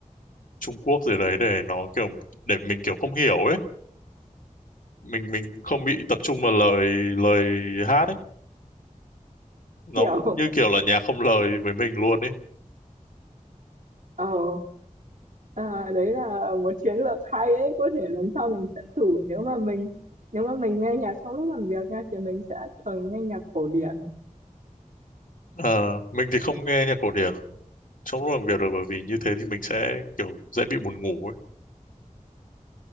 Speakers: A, on the left (about 80°); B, on the right (about 75°).
A: Trung Quốc gì đấy để nó kiểu để mình kiểu không hiểu ấy mình mình không bị tập trung vào lời lời hát ấy nó
B: hiểu
A: cũng như kiểu là nhạc không lời với mình luôn ấy
B: ờ à, đấy là một chiến lược hay đấy có thể lần sau mình sẽ thử nếu mà mình nếu mà mình nghe nhạc trong lúc làm việc nha thì mình sẽ thường nghe nhạc cổ điển
A: Ờ, mình thì không nghe nhạc cổ điển trong lúc làm việc rồi bởi vì như thế thì mình sẽ kiểu dễ bị buồn ngủ ấy